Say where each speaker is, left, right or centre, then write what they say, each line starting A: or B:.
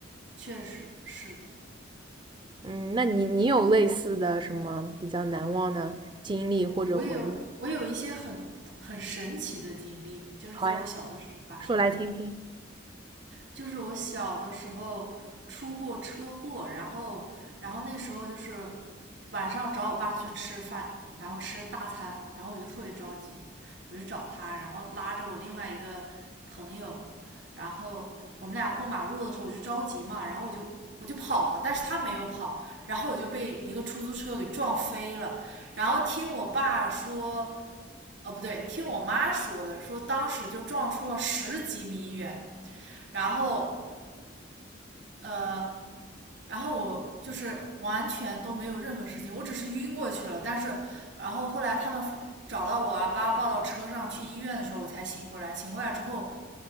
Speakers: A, on the right; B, on the right.
A: 确实是的，
B: 嗯，那你你有类似的什么比较难忘的经历或者回忆？
A: 我有我有一些很很神奇的经历，就是在我小的时候发生的。
B: 好呀，说来听听。
A: 就是我小的时候出过车祸，然后然后那时候就是晚上找我爸去吃饭，然后吃大餐，然后我就特别着急，我就找他，然后拉着我另外一个朋友，然后我们俩过马路的时候我就着急嘛，然后我就我就跑了，但是他没有跑，然后我就被一个出租车给撞飞了，然后听我爸说。哦，不对，听我妈说的，说当时就撞出了十几米远，然后呃，然后我就是完全都没有任何事情，我只是晕过去了。但是，然后后来他们发找到我啊把我抱到车上去医院的时候，我才醒过来。醒过来之后，